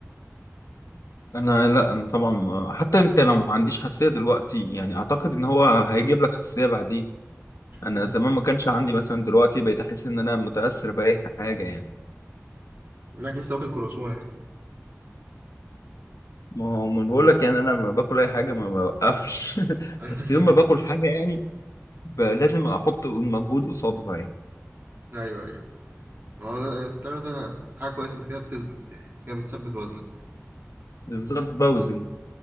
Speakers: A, on the left; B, on the right.
A: انا لا انا طبعا حتى انت لو ما عنديش حساسيه دلوقتي يعني اعتقد ان هو هيجيب لك حساسيه بعدين انا
B: <laughs>
A: زمان ما كانش عندي مثلا دلوقتي بقيت احس ان انا متاثر باي حاجه يعني
B: إنك لسه واكل كروسون يعني
A: ما هو ما بقول لك يعني انا ما باكل اي حاجه ما بوقفش <laughs>
B: <laughs>
A: بس يوم ما باكل حاجه يعني ب- لازم احط المجهود قصادها يعني
B: أيوه أيوه ما هو ده- التمر ده حاجة كويسة أنت كده بتثبت يعني كده بتثبت وزنك
A: بالظبط بوزن